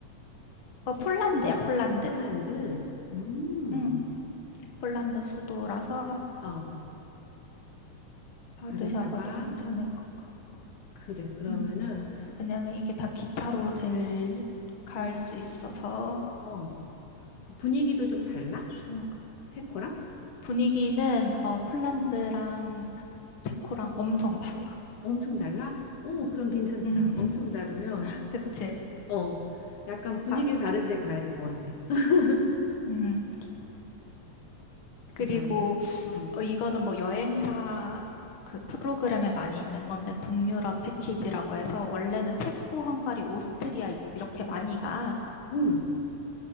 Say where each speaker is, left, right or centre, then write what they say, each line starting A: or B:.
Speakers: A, on the left (about 45°); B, on the left (about 70°).
A: 어, 폴란드야, 폴란드.
B: 폴란드. 음.
A: 음, 폴란드 수도라서
B: 어.
A: 바르샤바도
B: 바르샤바.
A: 괜찮을 것 같고,
B: 그래. 그러면은
A: 음. 왜냐면 이게 다 기차로 될, 갈 수 있어서
B: 어. 분위기도 좀 달라?
A: 좋을 것 같아요.
B: 체코랑?
A: 분위기는 어, 폴란드랑 체코랑 엄청 달라.
B: 엄청 달라? 오, 그럼 괜찮다.
A: <laughs> 음,
B: 엄청 다르면
A: 그치?
B: 어, 약간 분위기를
A: 아,
B: 다른 데 가야 될 것 같아. <laughs>
A: 음. 그리고
B: 그러면, 음,
A: 어, 이거는 뭐 여행사 그 프로그램에 많이 있는 건데 동유럽 패키지라고 해서 원래는 체코, 헝가리, 오스트리아 이- 이렇게 많이 가.
B: 음,